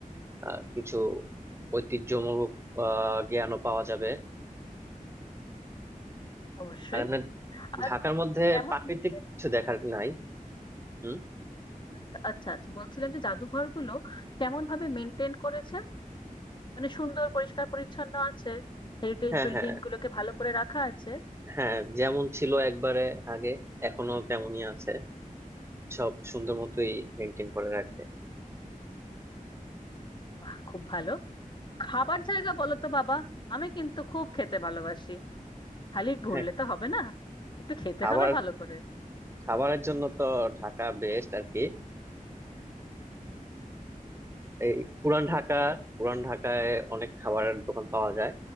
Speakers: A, on the right; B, on the left.
A: আহ, কিছু ঐতিহ্যমূলক আহ, জ্ঞানও পাওয়া যাবে
B: অবশ্যই
A: আর এমনি
B: আর
A: ঢাকার মধ্যে
B: এমন
A: প্রাকৃতিক
B: মেনটেন
A: কিছু দেখার নাই হুম
B: আচ্ছা আচ্ছা বলছিলাম যে জাদুঘরগুলো কেমন ভাবে মেনটেন করেছে মানে সুন্দর পরিষ্কার পরিচ্ছন্ন আছে হেরিটেজ
A: হ্যাঁ
B: বিল্ডিং
A: হ্যাঁ
B: গুলোকে ভালো করে রাখা আছে
A: হ্যাঁ যেমন ছিল একবারে আগে এখনো তেমনই আছে সব সুন্দর মতোই মেনটেন করে রাখে
B: বাহ খুব ভালো খাবার জায়গা বলো তো বাবা আমি কিন্তু খুব খেতে ভালোবাসি খালি ঘুরলে
A: হ্যাঁ
B: তো হবে না একটু খেতে
A: খাবার
B: হবে ভালো করে
A: খাবারের জন্য তো ঢাকা বেস্ট আর কি এই পুরান ঢাকা পুরান ঢাকায় অনেক খাবারের দোকান পাওয়া যায়